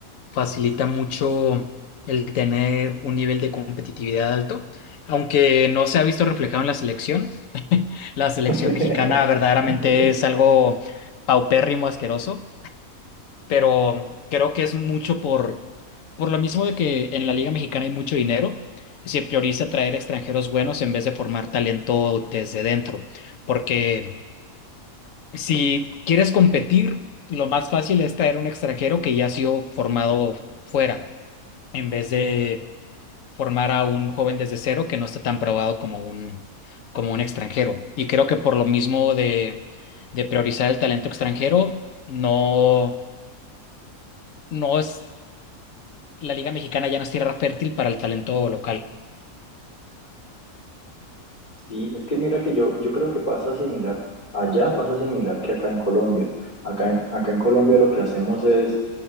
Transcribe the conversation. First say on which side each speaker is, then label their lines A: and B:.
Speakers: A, on the left; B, on the left.
A: facilita mucho el tener un nivel de competitividad alto, aunque no se ha visto reflejado en la selección. <laughs> La selección
B: <laughs>
A: mexicana verdaderamente es algo paupérrimo, asqueroso, pero creo que es mucho por, por lo mismo de que en la Liga Mexicana hay mucho dinero. Se prioriza traer extranjeros buenos en vez de formar talento desde dentro, porque si quieres competir, lo más fácil es traer un extranjero que ya ha sido formado fuera en vez de formar a un joven desde cero que no está tan probado como un, como un extranjero. Y creo que por lo mismo de, de priorizar el talento extranjero, no, no es, la Liga Mexicana ya no es tierra fértil para el talento local.
B: Sí, es que mira que yo, yo creo que pasa similar, allá pasa similar que acá en Colombia. Acá, en- acá en Colombia lo que hacemos es,